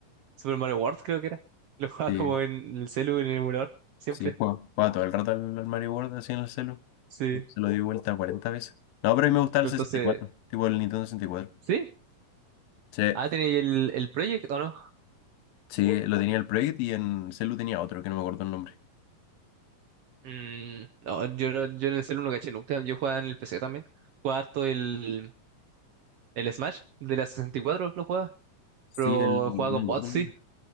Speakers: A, on the right (about 85°); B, on the left (about 85°).
A: Super Mario World creo que era. Lo jugaba
B: Sí,
A: como en el celu, en el emulador, siempre.
B: sí, juego, juego todo el rato al, al Mario World así en el celu.
A: Sí.
B: Se lo di vuelta 40 veces. No, pero a mí me gustaba
A: Pero
B: el 64,
A: entonces,
B: tipo el Nintendo 64.
A: ¿sí?
B: Sí,
A: Ah, ¿tenéis el, el Project o no?
B: sí, lo tenía el Project y en celu tenía otro que no me acuerdo el nombre.
A: Mm, no, yo, no- yo en el celular no caché nunca. Yo jugaba en el PC también. Jugaba harto el, el Smash de la 64 lo jugaba.
B: Sí,
A: Pero
B: el,
A: jugaba
B: no
A: con
B: me acuerdo
A: bots,
B: el
A: sí.
B: nombre.